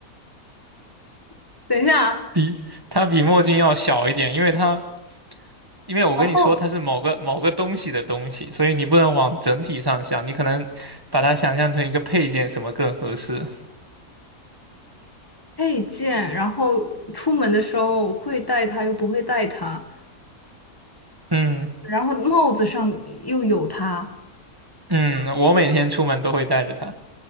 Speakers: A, on the left; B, on the right.
A: <laughs> 等一下，
B: 比它比墨镜要小一点，因为它。因为我跟你说它是某个某个东西的东西，
A: 然后
B: 所以你不能往整体上想，你可能把它想象成一个配件，什么更合适？
A: 配件，然后出门的时候会带它，又不会带它，
B: 嗯。
A: 然后帽子上又有它
B: 嗯，我每天出门都会带着它，